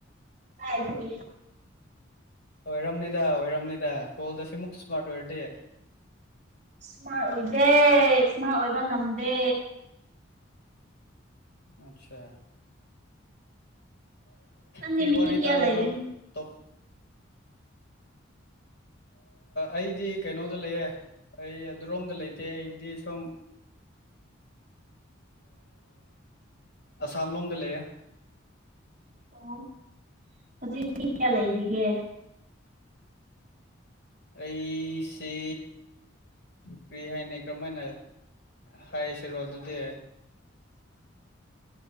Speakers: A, on the right; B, on the left.
A: ꯑꯗꯨꯒꯤ
B: ꯑꯣꯏꯔꯝꯅꯤꯗ ꯑꯣꯏꯔꯝꯅꯤꯗ ꯀꯣꯜꯗ ꯁꯤꯃꯨꯛ ꯁ꯭ꯃꯥꯔꯠ ꯑꯣꯏꯔꯗꯤ
A: ꯏꯁꯃꯥꯔꯠ ꯑꯣꯏꯗꯦ ꯏꯁꯃꯥꯔꯠ ꯑꯣꯏꯕ ꯉꯝꯗꯦ
B: ꯑꯆꯥ
A: ꯅꯪꯦ
B: ꯀꯔꯤ
A: ꯃꯤ
B: ꯋꯥꯔꯤ
A: ꯀꯌꯥ
B: ꯇꯥꯅꯤꯡꯕ꯭ꯔꯣ
A: ꯍꯂ ꯏꯗ
B: ꯇꯣꯞ ꯑꯩꯗꯤ ꯀꯩꯅꯣꯗ ꯂꯩꯌꯦ ꯑꯩ ꯑꯗꯨꯔꯣꯝꯗ ꯂꯩꯇꯦ ꯑꯩꯗꯤ ꯁꯨꯝ ꯑꯁꯥꯝꯅꯣꯝꯗꯤ ꯂꯩ
A: ꯑꯣ ꯍꯧꯖꯤꯛ ꯃꯤ ꯀꯌꯥ ꯂꯩꯔꯤꯒꯦ
B: ꯑꯩꯁꯦ ꯀꯔꯤ ꯍꯥꯏꯅ ꯀꯔꯝꯍꯥꯏꯅ ꯍꯥꯏꯌꯦ ꯁꯔꯣ ꯑꯗꯨꯗꯤ
A: <unintelligible>